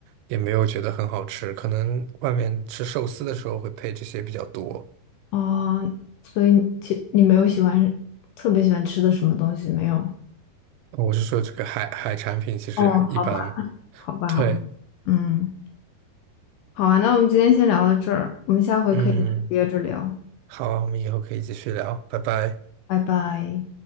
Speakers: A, on the right; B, on the left.
A: 也没有觉得很好吃。可能外面吃寿司的时候会配这些比较多。
B: 哦，所以你其你没有喜欢特别喜欢吃的什么东西没有？
A: 我是说这个海海产品其实一般。
B: 哦，好吧，好吧，
A: 对，
B: 好吧，嗯，好啊，那我们今天先聊到这儿，我们下回可以接着聊，
A: 嗯，好，我们以后可以继续聊，拜拜。
B: 拜拜。